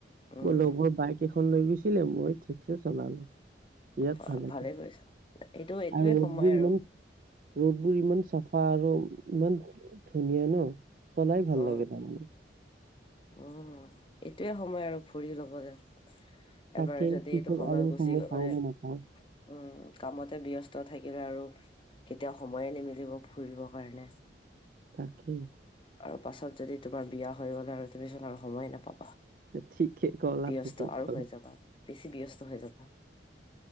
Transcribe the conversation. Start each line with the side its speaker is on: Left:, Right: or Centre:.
Left: উম
Right: মোৰ লগৰ বাইক এখ খন লৈ গৈছিলে, মই ঠিকছে চলালো বিৰাট
Left: ৱাহ,
Right: ভাল লাগিল।
Left: ভালে কৰিছা এইটো এইটোয়ে
Right: আৰু ৰ'দবোৰ
Left: সময় আৰু
Right: ইমান ৰ'দবোৰ ইমান চাফা আৰু ইমান ধুনীয়া ন, চলাই ভাল
Left: অ
Right: লাগে তাৰমানে।
Left: অ' এইটোয়ে সময় আৰু ফুৰি ল'বলে।
Right: তাকে
Left: এবাৰ যদি
Right: পিছত
Left: এইটো সময়
Right: আৰু
Left: গুচি গ'লে।
Right: পাও নে নাপাও
Left: উম' কামতে ব্যস্ত থাকিলে আৰু কেতিয়াও সময়ে নিমিলিব ফুৰিব কাৰণে।
Right: তাকে।
Left: আৰু পাছত যদি তোমাৰ বিয়া হৈ গ'লে আৰু তুমিচোন সময়ে নাপা
Right: ঠিকে কলা
Left: ব্যস্ত
Right: ঠিকে
Left: আৰু
Right: কলা
Left: হৈ যাবা, বেছি ব্যস্ত হৈ যাবা।